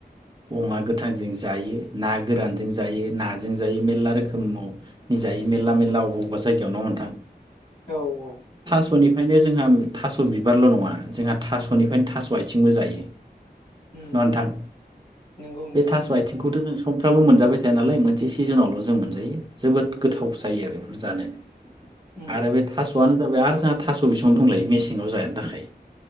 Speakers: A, on the right (about 25°); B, on the left (about 35°).
A: अमा गोथांजों जायो, ना गोरानजों जायो, नाजों जायो मेरला रोखोमाव नि जायो मेरला मेरला अबावबा जायगायाव न' नोंथां।
B: औ औ।
A: स'निफ्रायनो जोंहा थास' बिबारल' नङा जोंहा थास'निफ्रायनो थास' आइथिंबो जायो।
B: उम
A: ना नोंथां
B: नंगौ नंगौ
A: बे थास' आइथिंखौथ' जों सानफ्रामबो मोनजाबाय थाया नालाय मोनसे सिजोनावल' जों मोनजायो जोबोद गोथाव जायो आरो बेफोर जानो।
B: उम
A: आरो बे थास'आनो सोरबाया आर आ थास' बिसं दंलायो मेसेङाव जानो थाखाय।